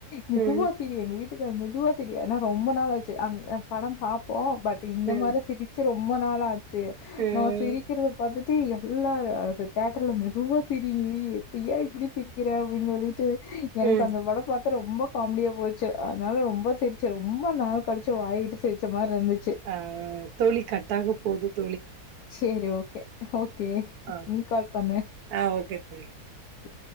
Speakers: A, on the left; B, on the right.
A: மேதுவா
B: ம்
A: சிரி எங்க வீட்டுக் மெதுவா சிரி ஏன்னா ரொம்ப நாள் ஆச்சு அந்த படம் பாப்போ பட் இந்த
B: ம்
A: மாரி சிரிச்சு ரொம்ப நாள் ஆச் சி
B: ம்
A: நா சிரிக்கிறத பாத்து தி எல்லாரு அ தேட்டர்ல மெதுவா சிரி எப்ப ஏ இப்படி சிரிக்கிற அப்டின்னு சொல்லிட்டு எனக்கு
B: ம்
A: அந்த படம் பாத் த்த ரொம்ப காமெடியா போயடுச்சு அதனால ரொம்ப சிரிச்சு ரொம்ப நாள் கழிச்சு வாய்விட்டு சிரிச்ச மாரி இருந்துச்சு
B: ஆ தோழி கட்டாக போகுது
A: சேரி ஓகே ஓகே
B: ஆ
A: நீ கால் பண்ணு
B: ஆ ஓகே தோழி
A: கே